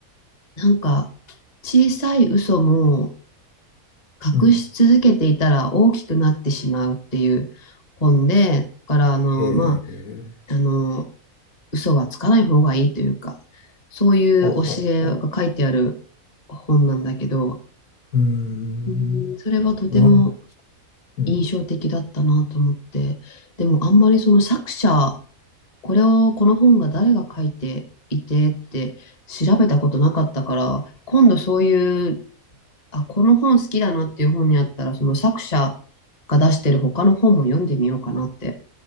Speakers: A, on the left (about 30°); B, on the left (about 70°).
A: なんか小さい嘘も
B: うん。
A: 隠し続けていたら大きくなってしまうっていう本で、だからあの、
B: へえ。
A: まあ、あの、嘘はつかない方がいいというか、そういう教えが書いてある本なんだけど、
B: あはは。うーん。
A: うん、それはとても
B: よ、うん。
A: 印象的だったなと思って、でもあんまりその作者、これを、この本が誰が書いていてって調べたことなかったから、今度そういう、あ、この本好きだなっていう本にあったら、その作者が出してる他の本も読んでみようかなって